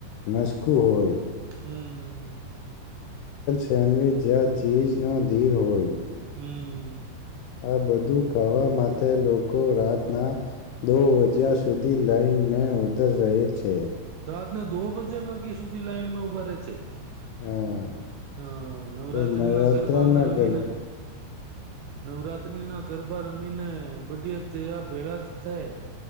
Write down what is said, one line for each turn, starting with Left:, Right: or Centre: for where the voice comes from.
Left: મસકું હોય
Right: હમ્મ
Left: સેન્ડવિચ જ્યાં ચીઝનો ધીર હોય
Right: હમ્મ
Left: આ બધું ખાવા માટે લોકો રાતના દો વજીયા સુધી લાઈન મે ઉધર રહે છે
Right: રાતને દો બજે વાગ્યા સુધી લાઈનમાં ઉભા રહેે છે
Left: હા
Right: હા નવરાત્રી
Left: એ નવરાત્રા
Right: નો ગરબાાને
Left: ના
Right: રમીને
Left: ગરબા
Right: નવરાત્રીના ગરબા રમીને બડય તવા ભેળા જ થયા